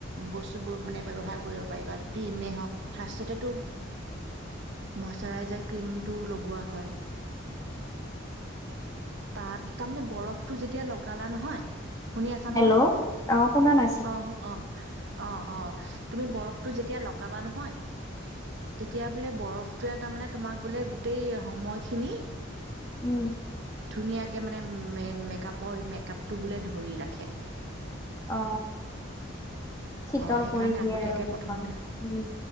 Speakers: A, on the right (about 60°); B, on the left (about 15°).
A: বস্তুবোৰ মানে ব্যৱহাৰ কৰিব পাৰিবা আৰু ক্ৰীমেই হওক। ফাৰ্ষ্টততেটো মষ্টৰাইজাৰ ক্ৰীমটো লগোৱা হয়। তাত তাৰমানে বৰফটো যেতিয়া লগালা নহয়৷ শুনি আছা? নহয়,
B: হেল্ল' অ' শুনা নাছিল
A: অ'। অঁ, অঁ, অঁ, তুমি বৰফটো যেতিয়া লগাবা নহয়। তেতিয়া বোলে বৰফটোৱে তাৰমানে তোমাক বোলে গোটেই সময়খিনি
B: উম।
A: ধুনীয়াকে মানে মেকআপৰ, মেকআপটো বোলে ধৰি ৰাখে।
B: অ, শিতল
A: অঁ সেইকাৰণে
B: কৰি দিয়ে
A: আগতীয়াকৈ
B: আৰু মুখখন,
A: প্ৰথমতে
B: উম।